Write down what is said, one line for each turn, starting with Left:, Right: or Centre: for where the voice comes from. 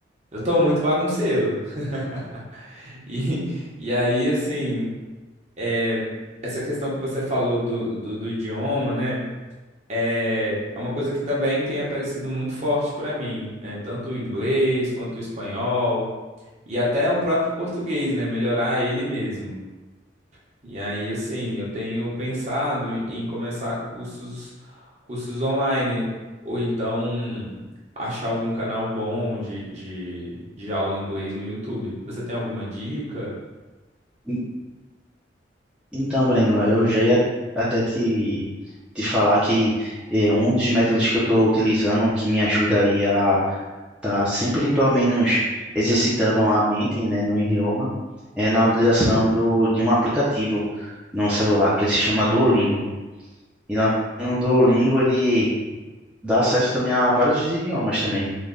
Right: eu tô muito bagunceiro. <laughs> E, e aí, assim, é, essa questão que você falou do, do do idioma, né? é é uma coisa que também tem aparecido muito forte para mim, né? Tanto o inglês quanto o espanhol e até o próprio português, né? Melhorar ele mesmo. E aí, assim, eu tenho pensado em começar cursos, cursos online ou então achar algum canal bom de, de, de aula em inglês no YouTube. Você tem alguma dica?
Centre: En- Então, Breno, eu já ia até te, te falar que é, um dos métodos que eu estou utilizando que me ajuda aí a tá sempre pelo menos exercitando a mente, né, no idioma, é na utilização do, de um aplicativo no celular que ele se chama Duolingo. E lá no Duolingo ele dá acesso também a vários idiomas também.